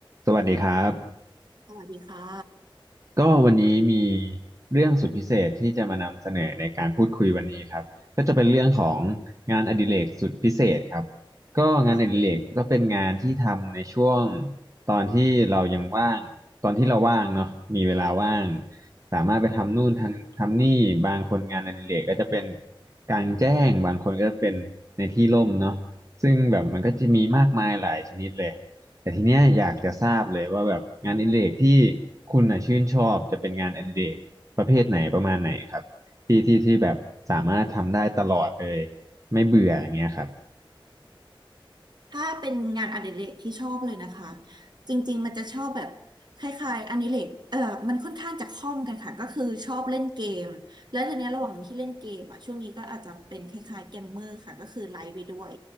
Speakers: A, on the right (about 40°); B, on the right (about 55°).
A: สวัสดีครับ
B: สวัสดีค่ะ
A: ก็วันนี้มีเรื่องสุดพิเศษที่จะมานำเสนอในการพูดคุยวันนี้ครับก็จะเป็นเรื่องของงานอดิเรกสุดพิเศษครับก็งานอดิเรกก็เป็นงานที่ทำในช่วง
B: ค่ะ
A: ตอนที่เรายังว่างตอนที่เราว่างเนาะมีเวลาว่างสามารถไปทำนู่นทำทำนี่บางคนงานอดิเรกก็จะเป็นกลางแจ้งบางคนก็เป็นในที่ร่มเนาะซึ่งแบบมันก็จะมีมากมายหลายชนิดเลย แต่ทีเนี้ยอยากจะทราบเลยว่าแบบงานอดิเรกที่คุณน่ะชื่นชอบจะเป็นงานอดิเรกประเภทไหนประมาณไหนครับที่ที่ที่แบบสามารถทำได้ตลอดเลยไม่เบื่ออย่างเงี้ยครับ
B: ถ้าเป็นงานอดิเรกที่ชอบเลยนะคะ จริงๆมันจะชอบแบบคล้ายๆอดิเรกเออมันค่อนข้างจะคล่อมกันค่ะ ก็คือชอบเล่นเกม แล้วทีเนี้ยระหว่างที่เล่นเกมอ่ะ ช่วงนี้ก็อาจจะเป็นคล้ายๆเกมเมอร์ค่ะ ก็คือไลฟ์ไปด้วย